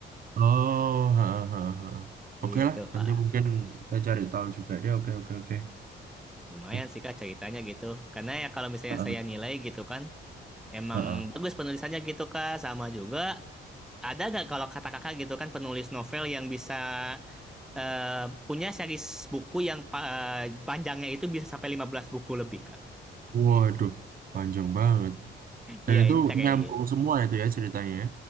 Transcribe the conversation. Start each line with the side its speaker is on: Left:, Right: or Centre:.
Right: Oh, ha, ha, ha.
Centre: <laughs>
Right: Oke
Centre: gitu
Right: lah, nanti
Centre: Kak.
Right: mungkin saya cari tahu juga dia. Oke, oke, oke,
Centre: Lumayan
Right: oke.
Centre: sih Kak ceritanya gitu. Karena ya kalau misalnya
Right: Ha,
Centre: saya nilai gitu kan emang
Right: ha,
Centre: bagus penulisannya gitu Kak sama juga Ada nggak kalau kata kakak gitu kan penulis novel yang bisa eh, punya series buku yang pa- eh, panjangnya itu bisa sampai 15 buku lebih, Kak?
Right: Waduh, panjang banget. Dan
Centre: Iya,
Right: itu
Centre: ini Tereli.
Right: nyambung semua itu ya ceritanya. ya?